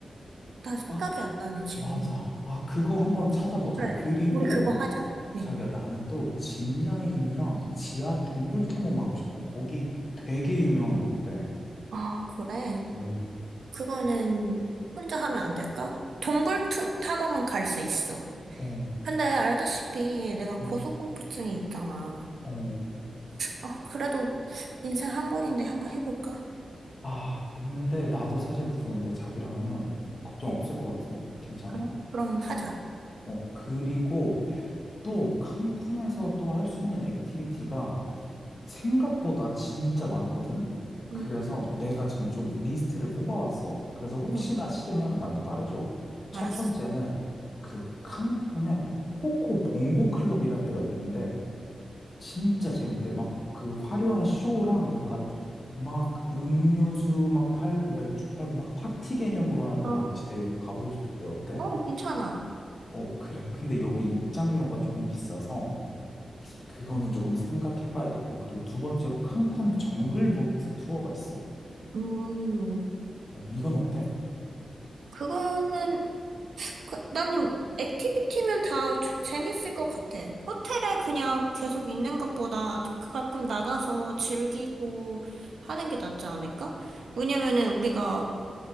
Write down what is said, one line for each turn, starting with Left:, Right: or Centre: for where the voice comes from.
Right: 나 생각이
Left: 아,
Right: 안 나네 지금.
Left: 맞아. 아, 그거 한번 찾아보자.
Right: 그래.
Left: 그리고
Right: 우리 그거 하자. 네.
Left: 자기야, 나는 또 짚라인이랑 지하 동굴 탐험하고 싶어. 거기 되게 유명한 거 있대.
Right: 아, 그래.
Left: 어,
Right: 그거는 혼자 하면 안 될까? 동굴 투- 탐험은 갈 수 있어.
Left: 어,
Right: 근데 알다시피 내가
Left: 음,
Right: 고소공포증이 있잖아.
Left: 어.
Right: 아, 그래도 인생 한 번인데 한번 해볼까?
Left: 아, 근데 나도 사실 무서운데 자기랑 하면 걱정 없을 것 같은데. 괜찮아?
Right: 그래? 그럼 하자.
Left: 어, 그리고 또 칸쿤에서 또 할 수 있는 액티비티가 생각보다 진짜 많거든?
Right: 응,
Left: 그래서 내가 지금 좀 리스트를 뽑아왔어. 그래서 혹시나
Right: 응,
Left: 싫으면 나한테 말해줘. 첫
Right: 알았어.
Left: 번째는 그 칸쿤에 코코 봉고 클럽이라는 데가 있는데 진짜 재밌대. 막 그 화려한 쇼랑 약간 막 음료수 막 팔고 맥주 팔고 막 파티 개념으로 하는데
Right: 아,
Left: 나 진짜 여기 가보고 싶은데 어때?
Right: 어, 괜찮아.
Left: 어, 그래. 근데 여기 입장료가 조금 비싸서 그거는 조금 생각해봐야 되고, 그리고 두 번째로 칸쿤 정글보트 투어가 있어.
Right: 음,
Left: 어, 이건 어때?
Right: 그거는, 그, 나는 액티비티면 다 주- 재밌을 것 같아. 호텔에 그냥 계속 있는 것보다 그 가끔 나가서 즐기고 하는 게 낫지 않을까? 왜냐면은 우리가